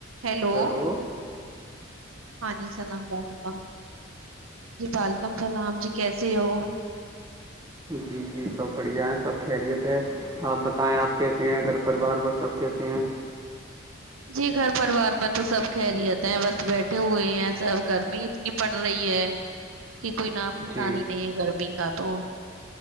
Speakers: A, on the right (about 85°); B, on the right (about 15°).
A: Hello
B: ہاں hello
A: ہاں جی سناام بالکا جی بال کم سلام جی کیسے ہو
B: جی جی سب بڑھیا ہیں سب خیریت ہے آپ بتائیں آپ کیسے ہیں گھر پریوار پر سب کیسے ہیں
A: جی گھر پروار میں تو سب خہرییتے ہیں بس بیٹھے ہوئے ہیں سب گرمی اتنی پڑ رہی ہے کہ کوئی نام آسانی
B: جی
A: ہی نہیں ہے گرمی کا تو